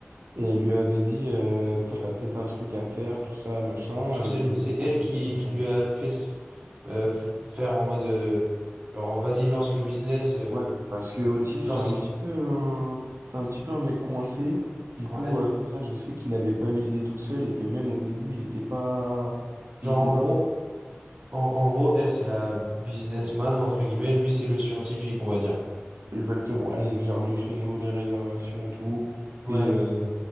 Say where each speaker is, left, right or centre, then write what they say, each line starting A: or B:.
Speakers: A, on the right (about 85°); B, on the right (about 25°).
A: Et elle lui avait dit, euh, putain, t'as peut-être un truc à faire, tout ça, machin,
B: Genre, c'est
A: euh, je veux
B: c'est
A: qu'on s'associe
B: elle qui,
A: ensemble.
B: qui lui a fait s- euh, f- faire en mode euh, genre vas-y lance le business euh,
A: Ouais, parce que Otis, c'est
B: genre c'est-
A: un petit peu un... c'est un petit peu un mec coincé. Du coup,
B: ouais
A: euh, ça, je sais qu'il avait pas eu l'idée tout seul et que même au début, il était pas,
B: genre
A: il était
B: en
A: pas.
B: gros en, en gros elle c'est la businessman entre guillemets lui c'est le scientifique on va dire
A: Exactement. Elle, elle gère le créneau, les réservations, tout.
B: ouais
A: Et euh,